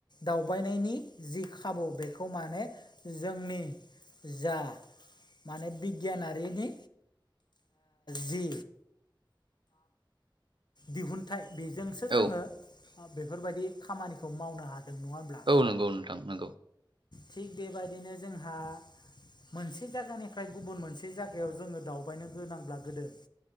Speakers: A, on the left; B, on the right.
A: दावबायनायनि जि खाबु बेखौ माने जोंनि जा माने बिगियानारिनि जि दिहु <unintelligible> नथाय बेजोंसो जोङो
B: औ
A: बेफोरबायदि खामानिखौ मावनो हादों नङा ह होनब्ला
B: औ नगौ नोंथां नगौ
A: थिग बेबायदिनो जोंहा मोनसे जागानिफ्राय गुबुन मोनसे जागायाव जोङो दावबायनो गोनांब्ला गोदो